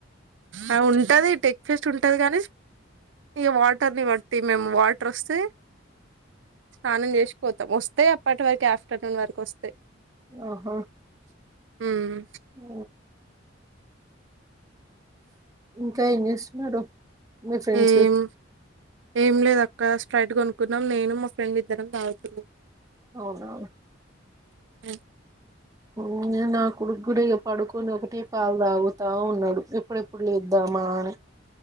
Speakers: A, on the right; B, on the right.
A: ఆ ఉంటది టెక్ ఫెస్ట్ ఉంటది కానీ, ఇగ వాటర్ని బట్టి మేము వాటరొస్తే స్నానం చేసి పోతాం. వస్తే అప్పటి వరకు ఆఫ్టర్నూన్ వరకు వస్తే
B: ఓహో
A: మ్మ్
B: ఓ ఇంకా ఏంచేస్తున్నారు? మీ ఫ్రెండ్స్
A: ఏం ఏం లేద్ అక్క స్ట్రైట్ కొనుకున్నాం నేను మా ఫ్రెండ్ ఇద్దరం తాగుతున్నామ్.
B: అవునా
A: అ <inaudible>
B: ఊనె నా కొడుగ్గుడా ఇగ పడుకొని ఒకటే పాలు తాగుతా ఉన్నాడు ఎప్పుడెప్పుడు లేద్దామా అని.